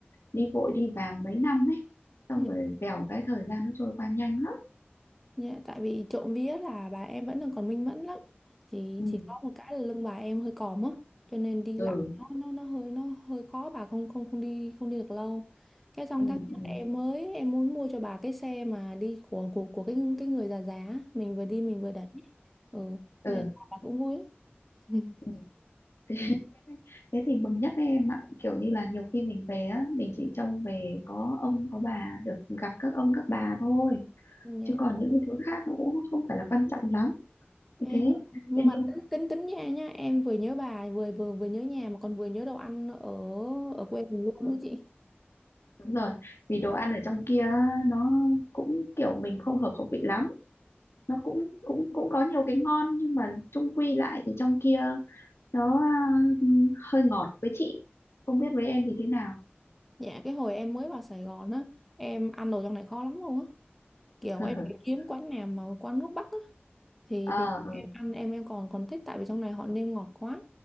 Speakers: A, on the left; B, in the centre.
A: đi vội đi vàng mấy năm ấy xong
B: ừ.
A: rồi vèo cái thời gian nó trôi qua nhanh lắm
B: Dạ, tại vì trộm vía là bà em vẫn đang còn minh mẫn lắm chỉ
A: ừ
B: chỉ có một cái là lưng bà em hơi còm á cho nên đi
A: ừ
B: lại nó nó nó hơi nó hơi khó bà không không không đi không đi được lâu cái xong
A: ừ
B: tháng trước
A: ừ
B: em mới em muốn mua cho bà cái xe mà đi của của của cái cái người già già á. mình vừa đi mình vừa đẩy ừ
A: ừ,
B: nên bà cũng vui lắm <laughs>
A: ừ. ừ. <laughs> Thế, thế thì mừng nhất đấy em ạ kiểu như là nhiều khi mình về á mình chỉ trông về có ông có bà được gặp các ông các bà thôi
B: Dạ.
A: chứ còn những cái thứ khác nó cũng không phải là quan trọng lắm như
B: Ê,
A: thế
B: nhưng
A: thế
B: mà
A: nhưng
B: tính tính tính nha nhá em vừa nhớ bà vừa vừa vừa nhớ nhà mà còn vừa nhớ đồ ăn ở ở quê mình luôn đó chị
A: Đúng rồi, vì đồ ăn ở trong kia á, nó cũng kiểu mình không hợp khẩu vị lắm. Nó cũng cũng cũng có nhiều cái ngon nhưng mà chung quy lại thì trong kia nó ừ, hơi ngọt với chị. Không biết với em thì thế nào.
B: Dạ cái hồi em mới vào Sài Gòn á Em ăn đồ trong này khó lắm luôn á Kiểu
A: <laughs>
B: em phải kiếm quán nào mà quán nước Bắc á Thì
A: Ờ
B: thì
A: ừ
B: em ăn em em còn còn thích Tại vì trong này họ nêm ngọt quá